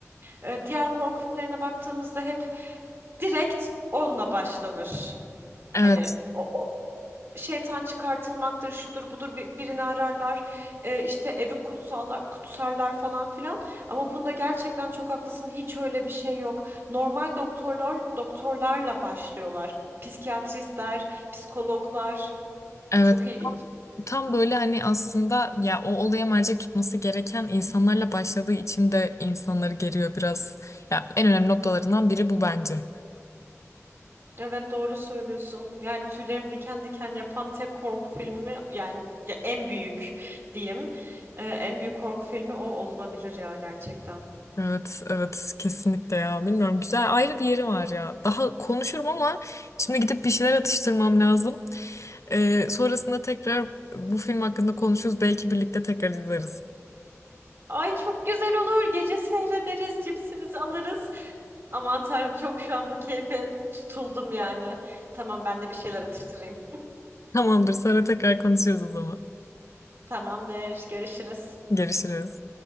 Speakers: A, on the right; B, on the left.
A: E, diğer korku filmlerine baktığımızda hep direkt onunla başlanır.
B: Evet,
A: Hani o, şeytan çıkartılmaktır, şudur budur bir- birini ararlar, e, işte evi kutsallar, kutsarlar falan filan. Ama bunda gerçekten çok haklısın, hiç öyle bir şey yok. Normal doktorlar, doktorlarla başlıyorlar. Psikiyatristler, psikologlar.
B: evet.
A: Çok ilginç.
B: Tam böyle hani aslında ya o olaya mercek tutması gereken insanlarla başladığı için de insanları geriyor biraz. Ya en önemli noktalarından biri bu bence.
A: Evet doğru söylüyorsun. Yani tüylerim diken diken yapan tek korku filmi yani ya en büyük diyeyim. e, en büyük korku filmi o olabilir ya gerçekten.
B: Evet, evet kesinlikle ya. Bilmiyorum güzel ayrı bir yeri var ya. Daha konuşurum ama şimdi gidip bir şeyler atıştırmam lazım. Ee, sonrasında tekrar bu film hakkında konuşuruz. Belki birlikte tekrar izleriz.
A: Ay çok güzel olur. Gece seyrederiz, cipsimizi alırız. Aman tanrım çok şu an bu keyfe tutuldum yani. Tamam ben de bir şeyler atıştırayım.
B: Tamamdır, sonra tekrar konuşuruz o zaman.
A: Tamamdır. Görüşürüz.
B: Görüşürüz.